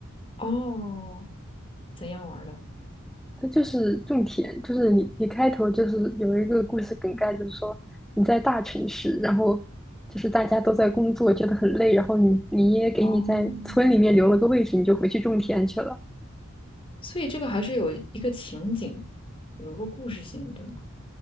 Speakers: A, on the left; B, in the centre.
A: 哦，怎样玩儿的？
B: 它就是种田，就是你你开头就是有一个故事梗概，就是说你在大城市，然后就是大家都在工作，觉得很累，然后你你爷爷给你在村里面留了个位置，
A: 哦，
B: 你就回去种田去了。
A: 所以这个还是有一个情景，有一个故事性的，对吗？